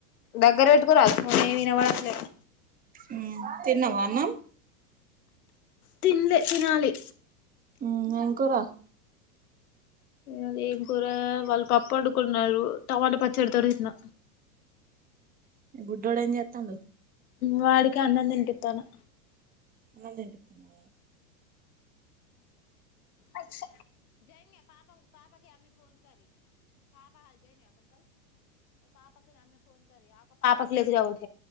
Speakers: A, on the left; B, on the right.
A: దగ్గర పెట్టుకోరాదు ఫోన్ ఎం వినబడత లేదు
B: ఉవు తిన్నవా అన్నం
A: తిన్లే తినాలి
B: ఉవు ఎం కూర
A: అది ఏం కూర వాళ్ళు పప్పు వండుకున్నారు టమాటా పచ్చడితోని తిన్న
B: బుడ్డోడు ఎం చేత్తాండు
A: వాడికి అన్నం తినిపితనా
B: అన్నం తింటుందా
A: అచ్చు <inaudible> <unintelligible>